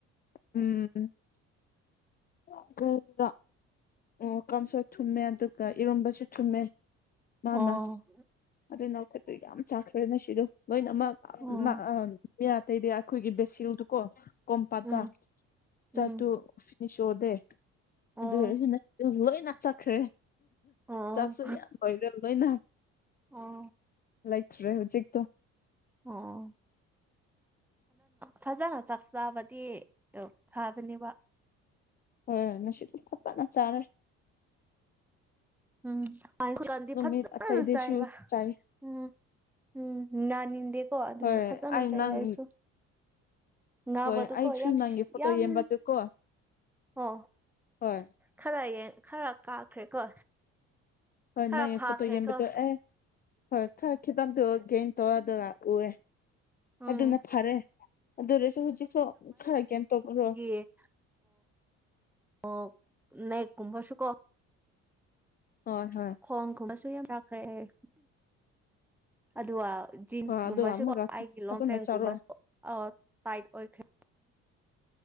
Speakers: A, on the left (about 30°); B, in the centre.
A: ꯎꯝ <unintelligible> ꯑꯣ ꯀꯝꯁꯨ ꯊꯨꯝꯃꯦ ꯑꯗꯨꯒ ꯏꯔꯣꯝꯕꯁꯨ ꯊꯨꯝꯃꯦ ꯃꯥꯅ
B: ꯑꯣ
A: ꯑꯗꯨ ꯈꯨꯠꯇꯣ ꯌꯥꯝ ꯆꯥꯈ꯭ꯔꯦ ꯉꯁꯤꯗꯣ ꯂꯣꯏꯅꯃꯛ ꯑ
B: ꯎꯝ
A: ꯃꯤ ꯑꯇꯩꯗꯤ ꯑꯩꯈꯣꯏꯒꯤ ꯕꯦꯁꯤꯜꯗꯨꯀꯣ ꯀꯣꯝꯄꯥꯇꯥ
B: ꯎꯝ ꯎꯝ
A: ꯆꯠꯇꯨ ꯐꯤꯅꯤꯁ ꯑꯣꯗꯦ
B: ꯑꯣ
A: ꯑꯗꯨ ꯑꯣꯏꯔꯁꯨ ꯅ ꯂꯣꯏꯅꯥ ꯆꯠꯈ꯭ꯔꯦ
B: ꯑꯣ
A: ꯆꯥꯛꯁꯨ ꯌꯥꯝ ꯂꯣꯏꯔꯦ ꯂꯣꯏꯅ
B: ꯑ
A: ꯂꯩꯇ꯭ꯔꯦ ꯍꯧꯖꯤꯛꯛꯇꯨ
B: ꯑꯣ ꯐꯖꯥꯅ ꯆꯥꯛ ꯆꯥꯕꯗꯤ ꯐꯕꯅꯦꯕꯥ
A: ꯍꯣꯏ ꯉꯁꯤꯗꯣ ꯐꯖꯅ ꯆꯥꯔꯦ
B: ꯎꯝ ꯍꯧꯖꯤꯛ ꯀꯥꯟꯗꯤ
A: ꯅꯨꯃꯤꯠ
B: ꯐꯖꯅ
A: ꯑꯇꯩꯗꯁꯨ
B: ꯆꯥꯏꯑꯦꯕ
A: ꯆꯥꯏ
B: ꯎꯝ ꯎꯝ ꯅꯥꯅꯤꯡꯗꯦꯀꯣ ꯑꯗꯨꯒꯤ
A: ꯍꯣꯏ
B: ꯐꯖꯅ
A: ꯑꯩ
B: ꯆꯥꯏꯌꯦ
A: ꯅꯪ
B: ꯑꯩꯁꯨ ꯅꯥꯕꯗꯨꯨꯀꯣ
A: ꯍꯣꯏ ꯑꯩꯁꯨ
B: ꯌꯥꯝ
A: ꯅꯪꯒꯤ
B: ꯁꯤ
A: ꯐꯣꯇꯣ
B: ꯌꯥꯝ
A: ꯌꯦꯡꯕꯗꯨꯀꯣ
B: ꯀꯣ
A: ꯍꯣꯏ
B: ꯈꯔ ꯌꯦ ꯈꯔ ꯀꯥꯈ꯭ꯔꯦꯀꯣ
A: ꯍꯣꯏ
B: ꯈꯔ
A: ꯅꯪꯒꯤ
B: ꯐꯥꯈ꯭ꯔꯦꯀꯣ
A: ꯐꯣꯇꯣ ꯌꯦꯟꯕꯗꯣ ꯑꯦ ꯍꯣꯏ ꯈꯔ ꯈꯤꯇꯪꯗꯣ ꯒꯦꯡ ꯇꯧꯋꯦ ꯑꯗꯨꯒ ꯎꯑꯦ
B: ꯎꯝ
A: ꯑꯗꯨꯅꯥ ꯐꯔꯦ ꯑꯗꯨꯑꯣꯏꯔꯁꯨ ꯍꯧꯖꯤꯛꯁꯨ ꯈꯔ ꯒꯦꯟ ꯇꯧꯄꯗꯨ
B: ꯑꯦ ꯑꯣ ꯅꯦꯛ ꯀꯨꯨꯝꯕꯁꯨ ꯀꯣ
A: ꯍꯣꯏ ꯍꯣꯏ
B: ꯈꯣꯡꯒꯨꯝꯕꯁꯨ ꯌꯥꯝ ꯆꯥꯈ꯭ꯔꯦ ꯍꯥꯏꯌꯦ ꯑꯗꯨꯒꯥ ꯖꯤꯟꯁꯀꯨꯝꯕꯁꯨꯀꯣ
A: ꯍꯣꯏ ꯑꯗꯣ ꯑꯃꯨꯛꯒ
B: ꯑꯩꯒꯤ
A: ꯐꯖꯅ
B: ꯂꯣꯡꯄꯦꯟꯒꯨꯝꯕꯁꯨ
A: ꯆꯥꯔꯣ
B: ꯑꯣ ꯇꯥꯏꯠ ꯑꯣꯏꯈ꯭ꯔꯦ